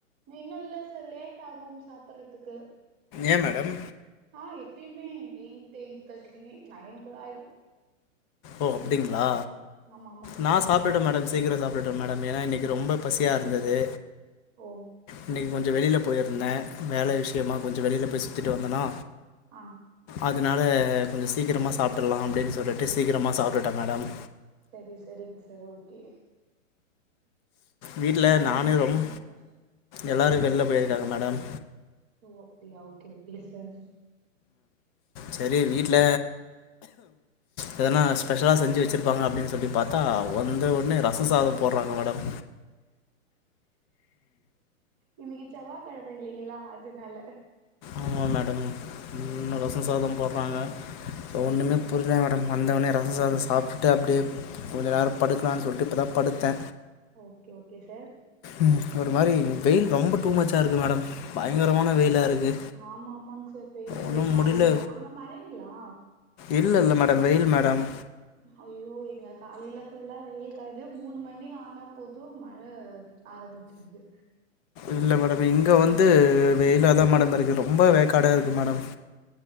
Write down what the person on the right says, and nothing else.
இன்னு இல்ல சார் லேட் ஆகும் சாப்பிட்றதுக்கு
நா எப்பயுமே எயிட் எயிட் தேர்ட்டிக்கி நைன் கூட ஆயிடு
ஆமா ஆமாங்க
சார்
ஓ
ஆ
சரி சரிங்க சார் ஓகே
எல்லா
என்ன
பண்றாங்க
ஓ அப்டியா ஓகே ஓகே சார்
இன்னிக்கு செவ்வாகெழம இல்லைங்களா அதனால
ஓகே ஓகே சார்
ஆமா ஆமாங்க சார் வெயில்
காலைல
அங்க மழை இல்லயா
ஐயோ இங்க காலைல ஃபுல்லா வெயில் காயிது மூணு மணி ஆனா போது மழ ஆரம்பிச் சிது